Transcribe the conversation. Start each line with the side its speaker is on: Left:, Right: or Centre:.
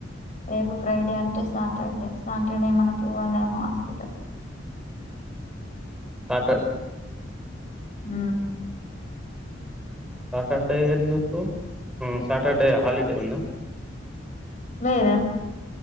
Left: రేపు ఫ్రైడే అంటే సాటర్డే సాటర్డే ఏమన్నా పోవాలేమో హాస్పిటల్
Centre: ఆటో కి
Left: ఊ
Centre: సాటర్డే ఎందుకు ఉ సాటర్డే హాలిడే ఉందా
Left: లేదా